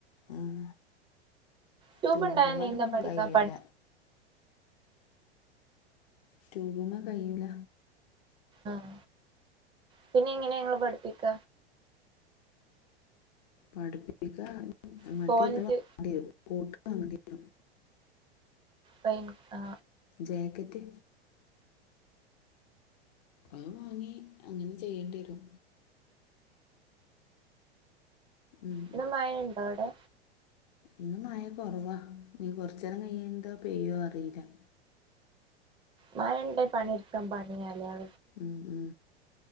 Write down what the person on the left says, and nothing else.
ഉം
റ്റൂബുമ്മലൊന്നും
കയ്യൂല
റ്റൂബുമ്മേ കഴിയ്യൂല
പഠിപ്പിക്ക
മറ്റേ ഇത് വാങ്ങണ്ടരും കൊട്ട് വാങ്ങണ്ടിവരും
ജാക്കറ്റ് അത് വാങ്ങി അങ്ങനെ ചെയ്യേണ്ടിരും ഉം,
ഇന്ന് മയ കൊറവാ നീ കൊറചേരം കയ്യെന്തോ പെയ്യോ അറിയില്ല
ഉം ഉ